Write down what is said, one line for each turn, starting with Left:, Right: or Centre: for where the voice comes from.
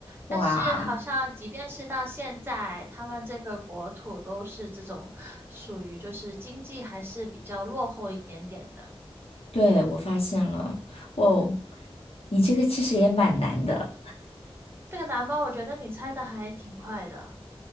Right: 但是好像即便是到现在，
Left: 哇，
Right: 他们这个国土都是这种属于就是经济还是比较落后一点点的。
Left: 对，我发现了，哦，
Right: 嗯，
Left: 你这个其实也蛮难的，
Right: 这个难吗？我觉得你猜的还挺快的。